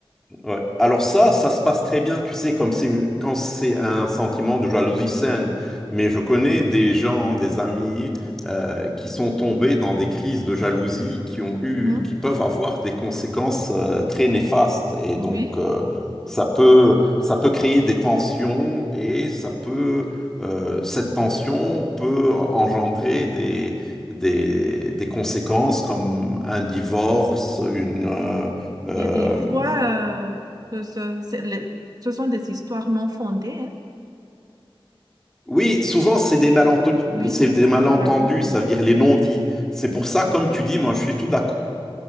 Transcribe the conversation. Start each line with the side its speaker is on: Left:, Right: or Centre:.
Centre: Ouais. Alors ça, ça se passe très bien, tu sais, comme c'est quand c'est un sentiment de jalousie saine. Mais je connais des gens, des amis euh, qui sont tombés dans des crises de jalousie qui ont eu,
Right: Mhm.
Centre: qui peuvent avoir des conséquences euh, très néfastes. Et donc
Right: Oui.
Centre: euh, ça peut, ça peut créer des tensions et ça peut, euh, cette tension peut engendrer des, des, des conséquences comme un divorce, une euh, euh,
Right: Et des fois, euh, euh, ce, c'est le- ce sont des histoires non fondées, hein,
Centre: Oui, souvent c'est des malentendus,
Right: Oui.
Centre: c'est
Right: sur
Centre: des
Right: un
Centre: malentendus,
Right: malentendu.
Centre: ça veut dire les non-dits. C'est
Right: Oui,
Centre: pour ça, comme tu dis, moi je suis tout d'accord